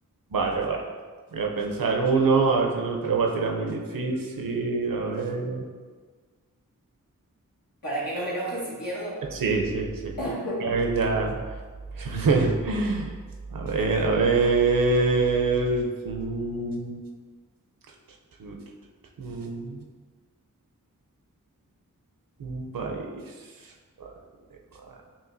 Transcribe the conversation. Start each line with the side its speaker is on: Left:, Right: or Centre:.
Right: Vale, vale. Voy a pensar uno, a ver si no te lo voy a tirar muy difícil. A ver.
Left: para que no me enoje si pierdo?
Right: Sí, sí, sí.
Left: <laughs>
Right: A ver, ya. <laughs> A ver, a ver. Mm, tu, tu, tu, tu. Un país. Vale, vale,